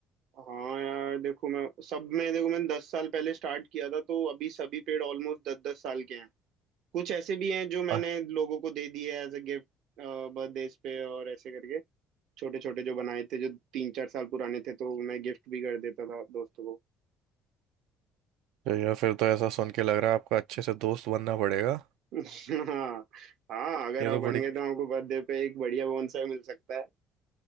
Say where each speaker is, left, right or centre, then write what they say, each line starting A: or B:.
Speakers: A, on the right; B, on the right.
A: हाँ यार देखो मैं सब में देखो मैंने दस साल पहले स्टार्ट किया था तो अभी सभी पेड़ ऑलमोस्ट दस दस साल के हैं कुछ ऐसे भी हैं जो मैंने
B: अ-
A: लोगों को दे दिए एज अ गिफ्ट बर्थडेज पे और ऐसे करके छोटे छोटे जो बनाए थे जो तीन चार साल पुराने थे तो मैं गिफ्ट भी कर देता था दोस्तों को
B: तो या फिर तो ऐसा सुन के लग रहा है आपको अच्छे से दोस्त बनना पड़ेगा
A: हाँ हाँ अगर
B: ये
A: आप
B: तो
A: बन
B: बड़ी
A: गए तो आपको बर्थडे पे एक बढ़िया बोनसाई मिल सकता है